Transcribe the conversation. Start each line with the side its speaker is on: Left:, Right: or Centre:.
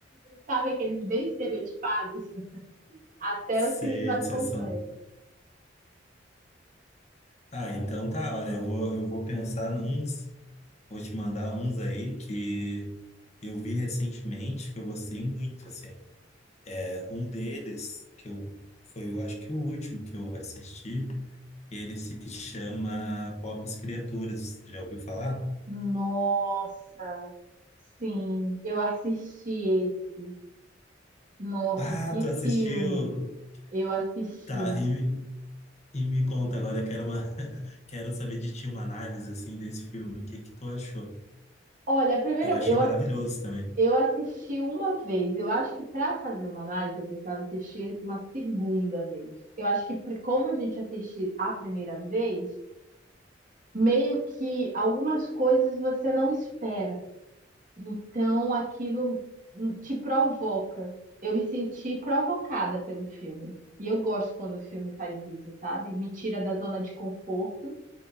Right: sabe aqueles bem estereotipados, até
Left: ser
Right: os filmes mais
Left: de sessão.
Right: complexos.
Left: Ah, então tá, olha, eu vou, eu vou pensar nuns, vou te mandar uns aí que eu vi recentemente, que eu gostei muito, assim. É, Um deles, que eu, foi, eu acho que o último que eu assisti, Ele se chama Pobres Criaturas. Já ouviu falar?
Right: Nossa, sim, eu assisti esse. Nossa,
Left: Ah,
Right: que
Left: tu assistiu?
Right: filme! Eu assisti.
Left: Tá, e, me- e me conta agora, quero uma, <laughs> quero saber de ti uma análise assim desse filme. O que que tu achou?
Right: Olha, a primeira,
Left: Eu achei
Right: eu,
Left: maravilhoso
Right: ass-
Left: também.
Right: eu assisti uma vez. Eu acho que para fazer uma análise eu precisava assistir uma segunda vez. Eu acho que pra- como a gente assiste a primeira vez, meio que algumas coisas você não espera. Então aquilo te provoca. Eu me senti provocada pelo filme. E eu gosto quando o filme faz isso, sabe? Me tira da zona de conforto